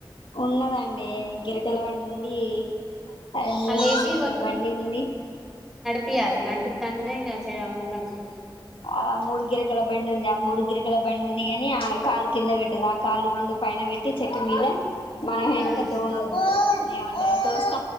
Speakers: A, on the left; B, in the centre.
A: ఉన్నదండి గిరకల బండి ఉంది అది మూడు
B: ఆ లేచి
A: గిరకల బండి ఉంది.
B: పియలే నడిపితంటనే ఇగ చెయ్ అమే నడుస్తది.
A: ఆ మూడు గిరకల బండి ఉంది ఆ మూడు గిరకల బండి ఉంది గాని ఆ కాలు కింద పెట్టది ఆ కాలు రెండు పైన పెట్టి ఇట్టి చెక్క మీద మనం వెనుక
B: ఆ
A: తో ఏమంటారు తోస్త